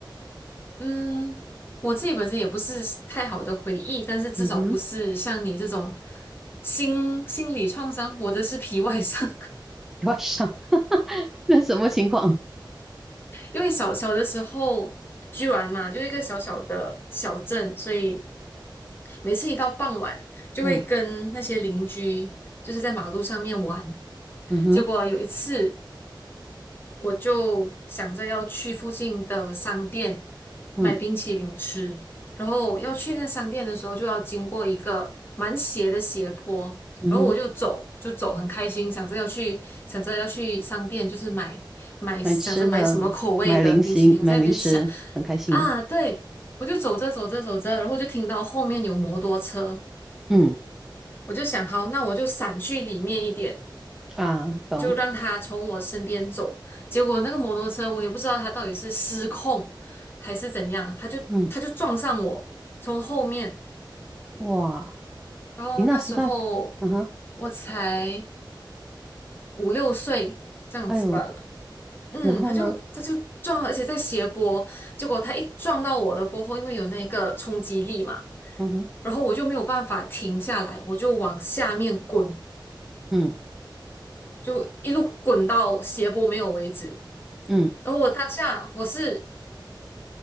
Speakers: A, on the left; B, in the centre.
A: 嗯，我自己本身也不是太好的回忆，但是至少不是像你这种
B: 嗯哼，
A: 心心理创伤，我的是皮外伤。
B: 外伤，<laughs> 那什么情况？
A: 因为小小的时候，居然嘛，就一个小小的小镇，所以每次一到傍晚，就会跟那些邻居就是在马路上面玩。
B: 嗯嗯哼，
A: 结果有一次，我就想着要去附近的商店
B: 嗯
A: 买冰淇淋吃，然后要去那商店的时候就要经过一个蛮斜的斜坡，
B: 嗯哼，
A: 然后我就走就走，很开心，想着要去想着要去商店，就是买买想着买什么口味的冰淇淋，
B: 买吃的，买零食，买零食，
A: 我在那边想
B: 很开心。
A: 啊，对，我就走着走着走着，然后就听到后面有摩托车，
B: 嗯
A: 我就想好，那我就闪去里面一点。
B: 啊，懂。
A: 就让他从我身边走。结果那个摩托车，我也不知道他到底是失控还是怎样，他就他就撞上我，
B: 嗯，
A: 从后面。
B: 哇，
A: 然后那时候
B: 你那时大，嗯哼，
A: 我才五六岁这样子吧了。
B: 哎呦，
A: 嗯，
B: 然后呢？
A: 他就他就撞，而且在斜坡。结果他一撞到我了过后，因为有那个冲击力嘛，
B: 嗯哼，
A: 然后我就没有办法停下来，我就往下面滚，
B: 嗯
A: 就一路滚到斜坡没有为止。
B: 嗯，
A: 然后我当下我是